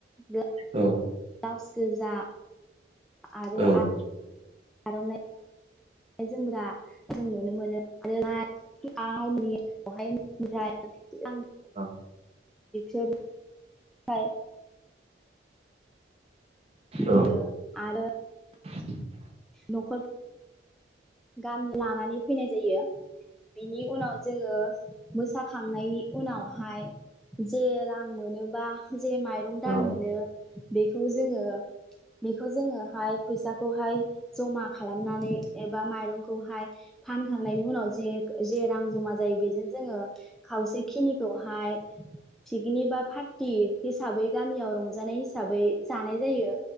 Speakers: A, in the centre; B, on the right (about 30°).
A: ब्लाउस
B: औ
A: गोजा। आरो।
B: औ
A: आर'नाय जोमग्रा जोंनो <unintelligible> <unintelligible>
B: औ
A: <unintelligible>
B: औ
A: होयो आरो‌
B: <inaudible>
A: नखर गामि लानानै फैनाय जायो बेनि उनाव जोङो मोसाखांनायनि उनावहाय जे रां मोनोबा जे माइरं
B: औ
A: दान मोनो बेखौ जोङो बेखौ जोङोहाय फैसाखौहाय जमा खालामनानै ए बा माइरंखौहाय फानखांनायनि उनाव जे जे रां जमा जायो बेजों जोङो खावसे खिनिखौहाय पिकनि बा फार्टि हिसाबै गामियाव रं जानाय हिसाबै जानाय जायो